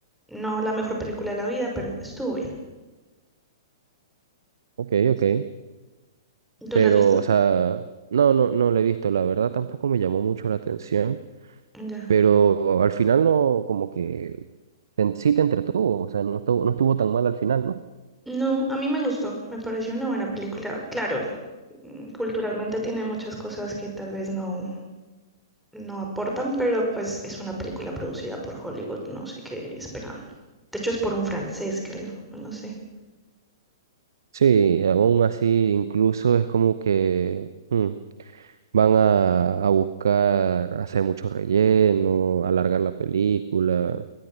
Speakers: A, in the centre; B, on the right.
A: No la mejor película de la vida, pero estuvo bien.
B: Ok, ok.
A: ¿Tú
B: Pero,
A: la has visto?
B: o sea, no, no, no lo he visto, la verdad tampoco me llamó mucho la atención,
A: Ya.
B: pero al final no, como que te- sí te entretuvo, o sea, no estuvo, no estuvo tan mal al final, ¿no?
A: No, a mí me gustó, me pareció una buena película. Claro, mm, culturalmente tiene muchas cosas que tal vez no, no aportan, pero pues es una película producida por Hollywood, no sé qué esperaban. De hecho es por un francés, creo, o no sé.
B: Sí, aún así, incluso es como que mm, van a, a buscar hacer mucho relleno, alargar la película.